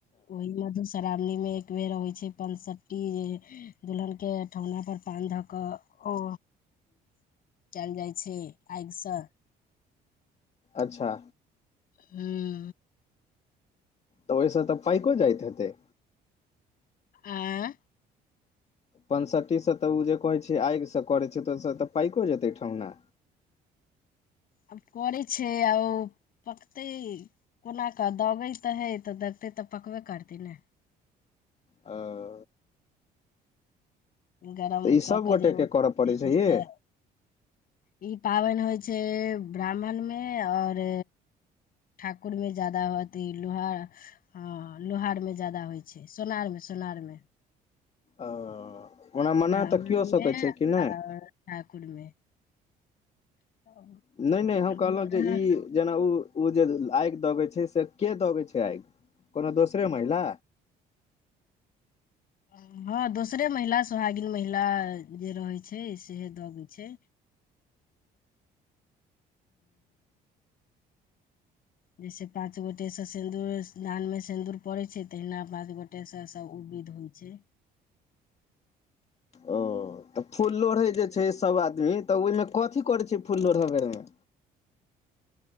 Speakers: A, on the left (about 60°); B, on the left (about 40°).
A: ओहि मधुश्रावणी मे एक बेर होइ छै पनसटी दुल्हनके ठेहुना पर पान धऽ कऽ ओ कयल जाय छै आगि से
B: अच्छा
A: हूँ
B: तऽ ओहिसँ तऽ पाइको जाइत हेतै
A: आंए
B: पैंसठीसँ तऽ ओ जे कहैत छै आगिसँ करैत छै तऽ ओहिसँ तऽ पाकको जेतै ठेहुना
A: आब करै छै आ ओ पकतै कोना कऽ दगैत तऽ हे तऽ दगतै तऽ पकबे करतै ने
B: ओ
A: गरम
B: तऽ ई
A: कऽ
B: सभगोटेके
A: कऽ जे ओ
B: करय पड़ै
A: देथिन
B: छै ये
A: तऽ ई पाबनि होइ छै ब्राह्मणमे आओर ठाकुर में ज्यादा अथी ह लोहार हँ लोहारमे जादा होइ छै सोनारमे सोनारमे
B: ओ ओना मना
A: ब्राह्मण
B: तऽ कओ
A: मे
B: सकैत छै कि नहि
A: आओर ठाकुर मे <unintelligible>
B: नहि नहि हम
A: हमरा
B: कहलहुँ जे ई जेना ओ ओ जे आगि दगे छै से के दगै छै आगि कोनो दोसरे महिला
A: हँ दोसरे महिला सोहागिन महिला जे रहैत छै से दगै छै जैसे पांच गोटे से सिन्दूरदान मे सिन्दूर पड़े छै तहिना पाँच गोटे से तेसर सब ओ विध होइ छै
B: ओ तऽ फूल लोढ़े जे छै सभ आदमी तऽ ओहिमे कथी करैत छै फूल लोढ़य बेरमे